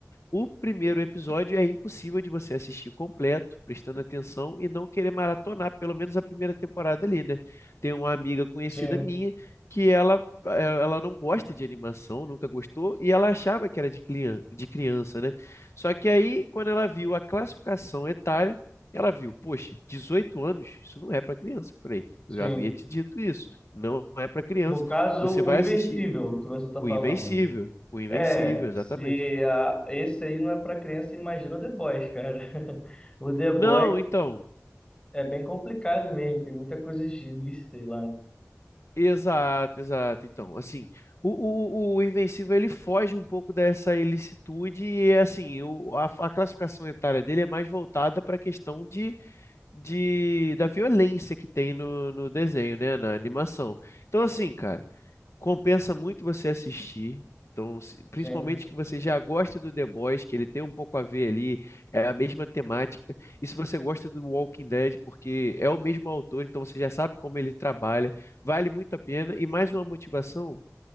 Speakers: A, on the left; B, on the left.
A: O primeiro episódio é impossível de você assistir completo, prestando atenção e não querer maratonar, pelo menos a primeira temporada ali, né? Tem uma amiga conhecida
B: Sim,
A: minha que ela, eh, ela não gosta de animação, nunca gostou, e ela achava que era de clian- de criança, né? Só que aí, quando ela viu a classificação etária, ela viu, poxa, 18 anos, isso não é para criança. Eu falei,
B: sim.
A: eu já havia te dito isso, não é para criança.
B: No caso,
A: Você
B: o
A: vai
B: Invencível
A: assistir
B: que você tá
A: o
B: falando.
A: Invencível, o Invencível,
B: É,
A: exatamente.
B: se a, esse aí não é para criança, imagina o The Boys, cara. <laughs> O The
A: Não,
B: Boys
A: então,
B: é bem complicado mesmo, tem muita coisa ilícita aí lá.
A: Exato, exato. Então, assim, o, o, o Invencível ele foge um pouco dessa ilicitude e, assim, o, a, a classificação etária dele é mais voltada para a questão de, de, da violência que tem no, no desenho, né, na animação. Então, assim, cara compensa muito você assistir. Então, se- principalmente
B: Sim,
A: que você já gosta do The Boys, que ele tem um pouco a ver ali, é a mesma temática. E se você gosta do Walking Dead, porque é o mesmo autor, então você já sabe como ele trabalha, vale muito a pena. E mais uma motivação